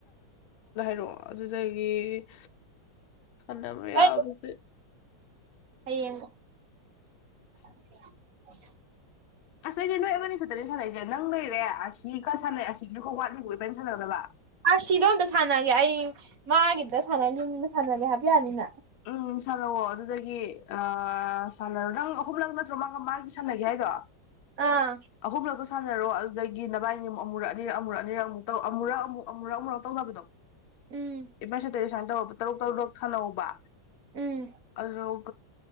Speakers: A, on the left; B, on the right.
A: ꯔꯣ ꯑꯗꯨꯗꯒꯤ ꯗ ꯃ ꯌꯥꯕꯁ
B: ꯑꯩ ꯍꯌꯦꯡ <inaudible>
A: ꯑꯁꯁꯦ ꯅꯣꯏ ꯑꯃꯅꯤꯅꯤ ꯈꯛꯇꯅꯦ ꯁꯥꯟꯅꯏꯁꯦ ꯅꯪ ꯂꯩꯔꯦ ꯑꯁꯤ ꯈ ꯁꯥꯟꯅꯩ ꯑꯁꯤꯁꯨ ꯈꯛ ꯋꯥꯠꯂꯤꯕ ꯑꯣꯏꯕꯅ ꯁꯥꯟꯅꯒꯗꯕ
B: ꯑꯥ ꯁꯤꯗꯣ ꯑꯝꯇ ꯁꯥꯟꯅꯒꯦ ꯑꯩ ꯃꯥꯒꯤꯗ ꯁꯥꯟꯅꯅꯤ ꯌꯨꯝꯅꯤꯅ ꯁꯥꯟꯅꯒꯦ ꯍꯥꯏꯕ ꯌꯥꯅꯤꯅ
A: ꯎꯝ ꯁꯥꯟꯅꯑꯣ ꯑꯗꯨꯗꯒꯤ ꯑ ꯁꯥꯟꯅꯔꯣ ꯅꯪ ꯑꯍꯨꯝꯂꯛ ꯅꯠꯇ꯭ꯔꯣ ꯃꯥꯒ ꯃꯥꯒꯤ ꯁꯥꯟꯅꯒꯦ ꯍꯥꯏꯗꯣ
B: ꯑꯥ
A: ꯑꯍꯨꯝꯂꯛꯇꯣ ꯁꯥꯟꯅꯔꯣ ꯑꯗꯨꯗꯒꯤ ꯅꯚꯕꯥꯏꯅꯤ ꯑꯃꯨꯛ ꯑꯃꯨꯔꯛ ꯑꯅꯤꯔ ꯑꯃꯨꯔꯛ ꯑꯅꯤꯔꯒ ꯑꯃꯨꯛ ꯇꯧ ꯑꯃꯨꯔꯛ ꯑꯃꯨꯛ ꯑꯃꯨꯔꯛ ꯑꯃꯨꯔꯛ ꯇꯧꯅꯕꯗꯣ
B: ꯎꯝ
A: ꯏ ꯄꯁꯗ ꯁꯨꯃꯥꯏꯅ ꯇꯧꯔꯕ ꯇꯔꯨꯛ ꯇꯔꯨꯛ ꯁꯥꯟꯅꯍꯎꯧꯕ
B: ꯎꯝ
A: ꯑꯜꯣ